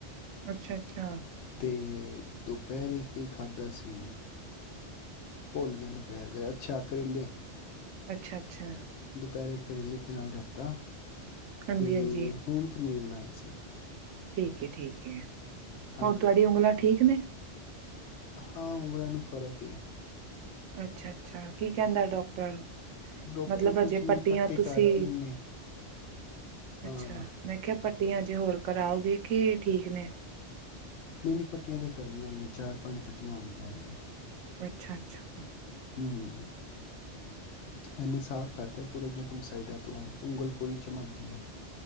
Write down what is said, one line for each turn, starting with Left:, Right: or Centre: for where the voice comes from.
Right: ਅੱਛਾ -ਅੱਛਾ
Left: ਤੇ ਦੁਪਹਿਰ ਕੀ, ਖਾਧਾ ਸੀ। ਭੁੱਲ ਗਿਆ, ਦੁਪਹਿਰ ਦੇ ਅੱਛਾ ਕਰੇਲ਼ੇ
Right: ਅੱਛਾ-ਅੱਛਾ,
Left: ਦੁਪਹਿਰੇ, ਕਰੇਲੇ ਤੇ ਨਾਲ ਰੈਤਾ,
Right: ਹਾਂਜੀ-ਹਾਂਜੀ,
Left: ਤੇ ਹੁਣ, ਪਨੀਰ ਬਣਾਇਆ ਸੀ।
Right: ਠੀਕ ਏ -ਠੀਕ ਏ
Left: ਹਾਂਜੀ
Right: ਹੋਰ ਤੁਹਾਡੀਆ
Left: ਹਾਂਜੀ
Right: ਉਂਗਲਾ ਠੀਕ ਨੇ
Left: ਹਾਂ, ਉਗਲਾ ਨੂੰ ਫਰਕ ਏ
Right: ਅੱਛਾ -ਅੱਛਾ ਕੀ, ਕਹਿੰਦਾ ਡਾਕਟਰ
Left: ਡਾਕਟਰ,
Right: ਮਤਲਬ
Left: ਕੁਛ
Right: ਅਜੇ
Left: ਨਈ
Right: ਪੱਟੀਆਂ
Left: ਪੱਟੀ
Right: ਤੁਸੀਂ
Left: ਕਰਤੀ ਉਹਨੇ ਹਾਂ
Right: ਅੱਛਾ, ਮੈਂ ਕਿਹਾ, ਪੱਟੀਆਂ ਅਜੇ ਹੋਰ, ਕਰਾਓਗੇ ਕਿ ਠੀਕ ਨੇ,
Left: ਨਈ -ਨਈ ਪੱਟੀਆਂ ਤੇ ਕਰਨੀਆਂ, ਚਾਰ -ਪੰਜ ਪੱਟੀ- ਆ ਹੋਣਗੀਆਂ ਹਾਲੇ
Right: ਅੱਛਾ -ਅੱਛਾ।
Left: ਹਮ ਇਹਨੇ ਸਾਫ਼ ਕਰਤਾ, ਪੂਰਾ ਜ਼ਖਮ ਸਾਈਡਾਂ ਤੋਂ, ਉਂਗਲ ਪੂਰੀ ਚਮਕ ਗਈ